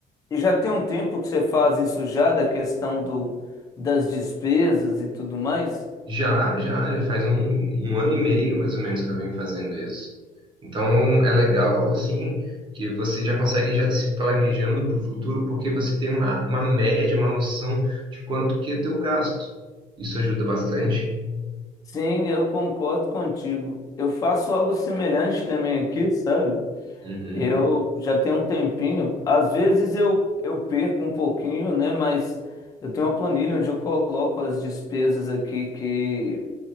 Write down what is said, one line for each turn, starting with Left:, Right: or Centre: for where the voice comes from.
Left: E já tem um tempo que você faz isso já, da questão do, das despesas e tudo mais?
Right: Já, já, já faz um, um ano e meio mais ou menos que eu venho fazendo isso. Então é legal, assim, que você já consegue já se planejando para o futuro, porque você tem uma, uma média, uma noção de quanto que é teu gasto. Isso ajuda bastante.
Left: Sim, eu concordo contigo. Eu faço algo semelhante também aqui, sabe?
Right: Uhum,
Left: Eu já tenho um tempinho. Às vezes eu, eu perco um pouquinho, né? Mas eu tenho uma planilha onde eu coloco as despesas aqui que,